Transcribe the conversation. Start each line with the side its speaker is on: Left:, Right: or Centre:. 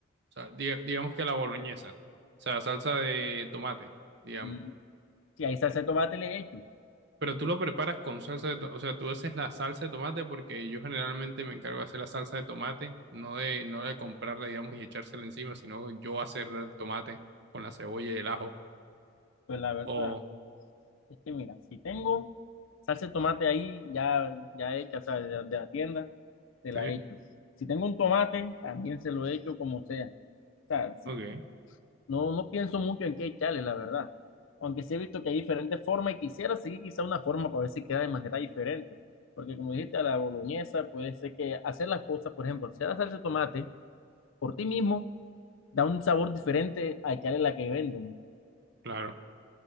Right: o sea, di- digamos que la boloñesa, o sea, salsa de tomate, digamos.
Left: Y si hay salsa de tomate le echo,
Right: Pero tú lo preparas con salsa de tomate, o sea, tú haces la salsa de tomate porque yo generalmente me encargo de hacer la salsa de tomate, no de, no de comprarla, digamos, y echársela encima, sino yo hacerle el tomate con la cebolla y el ajo.
Left: pues la verdad
Right: O,
Left: es que mira, si tengo salsa de tomate ahí ya, ya hecha, o sea, de, de la tienda, se
Right: sí,
Left: la echo. Si tengo un tomate, también se lo echo como sea. O sea, si-
Right: ok,
Left: No, no pienso mucho en qué echarle, la verdad. Aunque sí he visto que hay diferentes formas y quisiera seguir quizá una forma para ver si queda de manera diferente. Porque como dijiste, a la boloñesa puede ser que hacer las cosas, por ejemplo, hacer la salsa de tomate por ti mismo da un sabor diferente a echarle la que venden.
Right: claro.